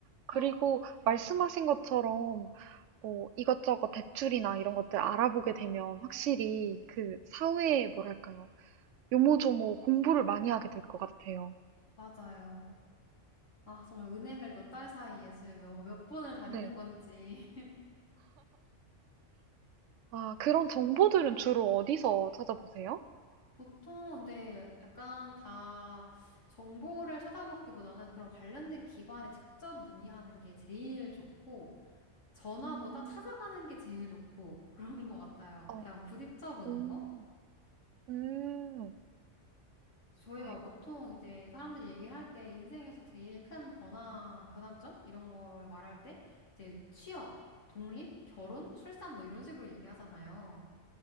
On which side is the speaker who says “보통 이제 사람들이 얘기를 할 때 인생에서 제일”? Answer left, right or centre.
Left